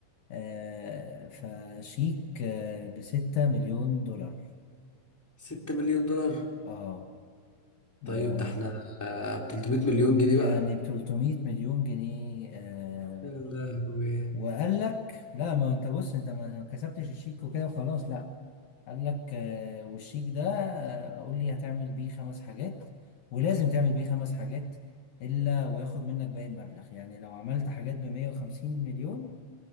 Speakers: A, on the left (about 65°); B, in the centre.
A: آه فشيك آه بستة مليون دولار
B: 6 مليون دولار
A: اه يا
B: طيب ده احنا آه، ب 300 مليون جنيه
A: يعني
B: بقى
A: ب 300 مليون جنيه آه
B: يا لهوي
A: وقال لك لا ما انت بص انت ما ما كسبتش الشيك وكده وخلاص لا قال لك آه والشيك ده آه قول لي هتعمل بيه خمس حاجات ولازم تعمل بيه خمس حاجات الا وياخد منك باقي المبلغ يعني لو عملت حاجات ب 150 مليون